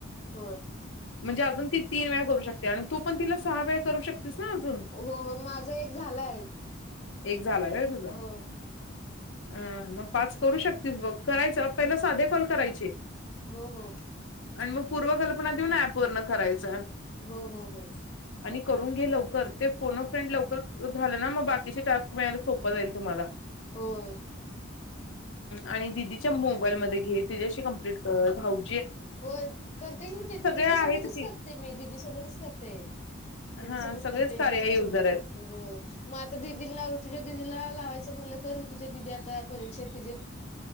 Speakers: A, on the left; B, on the left.
A: होय
B: म्हणजे अजून ती तीन वेळ करू शकते आणि तू पण तिला सहा वेळा करू शकतेस ना अजून
A: हो हो माझ एक झालाय.
B: एक झालाय व्हय तुझा?
A: हो
B: अ मग पाच करू शकतेस बघ करायच
A: हो
B: पहिले साधे कॉल करायचे.
A: हो हो
B: आणि मग पूर्वकल्पना देऊन एप वरून करायच.
A: हो हो हो.
B: आणि करून घे लवकर ते फोन ऑफ फ्रेंड लवकर झाले ना मग बाकीचे टास्क मिळायला सोप जाईल तुम्हाला.
A: होय.
B: आणि दिदीच्या मोबाइल मदे घे तीच्याशी कंम्प्लिट कर, भाऊ
A: हो, करते की मी तिच्यासोबतच
B: आहेत की
A: करते मी दिदी सोबतच करतेय. दिदी
B: हा
A: सोबत
B: सगळेच
A: करते,
B: कार्या
A: जिजुन
B: युजर
A: सोबत
B: आहेत
A: करते, होय मग आता दिदींना ऋतूच्या दिदीला लावायच तर ऋतुजा दिदी आता परीक्षेत तिचे